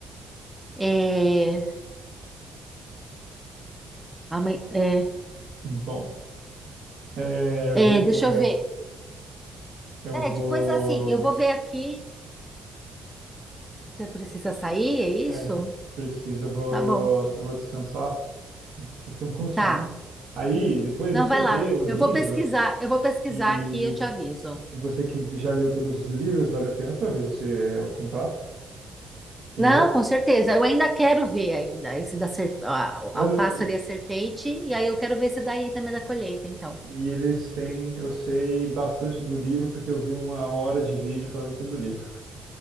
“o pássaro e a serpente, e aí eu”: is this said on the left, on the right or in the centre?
Centre